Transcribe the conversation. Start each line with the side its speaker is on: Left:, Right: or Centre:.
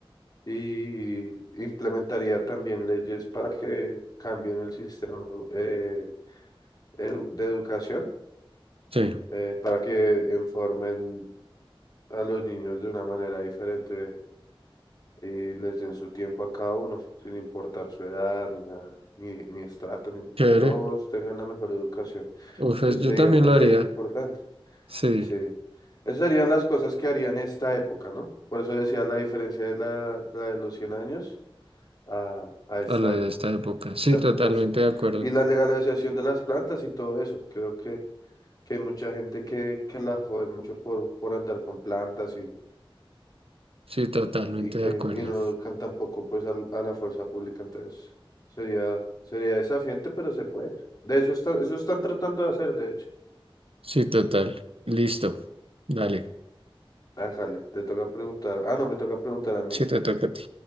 Left: y implementaría también leyes para que cambien el sistema eh, edu- de educación
Right: Sí,
Left: eh, para que informen a los niños de una manera diferente y les den su tiempo a cada uno, sin importar su edad ni nada, ni, ni estrato, ni
Right: chévere.
Left: que todos tengan la mejor educación.
Right: Uf, es-
Left: Eso
Right: yo
Left: sería
Right: también
Left: una
Right: lo
Left: ley
Right: haría.
Left: re importante.
Right: Sí,
Left: Sí. Esas serían las cosas que harían esta época, ¿no? Por eso decía la diferencia de la, de la de los 100 años a, a esta
Right: a lo
Left: época.
Right: de esta época. Sí,
Left: Esta época
Right: totalmente
Left: sí.
Right: de acuerdo.
Left: Y la legalización de las plantas y todo eso. Creo que que hay mucha gente que, que la joden mucho por, por andar con plantas y,
Right: Sí, totalmente
Left: y que
Right: de acuerdo.
Left: y no educan tampoco pues al- a, la fuerza pública, entonces sería, sería desafiante, pero se puede. De eso están, eso están tratando de hacer, de hecho.
Right: Sí, total. Listo. Dale.
Left: Ájale, te toca preguntar. Ah, no, me toca preguntar a mí.
Right: Sí, te toca a ti.